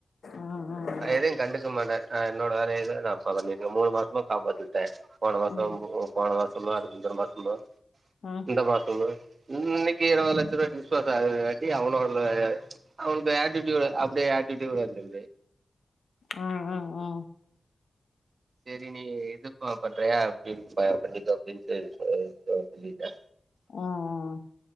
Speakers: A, on the left (about 80°); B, on the right (about 55°).
A: ம் ம்
B: நா எதையு கண்டுக்க மாட்டே நா என்னோட வேலையதா நா <unintelligible> மூணு மாசமா காப்பாத்தியுட்டே போன மாசம்
A: ம்
B: <unintelligible> போன வா சொன்னா அதுக் முந்துரமாசமா
A: ம் ம்
B: இந்தமாசமா இன்னைக்கு நால்லட்ச ரூபாக்கு டிஸ்பேட்ச் ஆகுது வட்டி அவனோ அவனுக்கு <unintelligible> <unintelligible> அப்டியே ஆட்டிடூடா வந்துருவே
A: அ அ அ
B: சேரி நீ இது ப பண்றியா அப்டி பண்ணிக்கோ அப்டின்னு சொ சொல்லிட்ட
A: ம் ம்